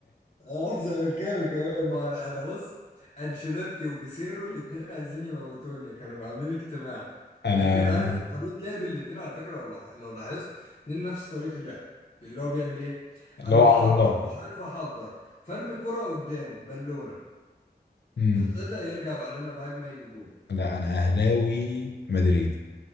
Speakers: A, on the left (about 45°); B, on the left (about 80°).
A: اه زملكاوي كمان ما انا أنا بص انشيلوتي وبيسيرو الاتنين عايزين يموتوني كانوا عاملين اجتماع
B: <laughs> انا
A: الاتنين عارف طريقة لعب الاتنين على فكرة لو لاح- لو لاحظت اتنين نفس طريقة اللعب اللي هو بيعمل ايه انا
B: لو
A: بحضر
B: على الله
A: مش عارف احضر فرمي كرة قدام بالونة
B: امم
A: تتقطع يرجع علينا بهجمة يجي جون
B: لا انا اهلاوي مدريدي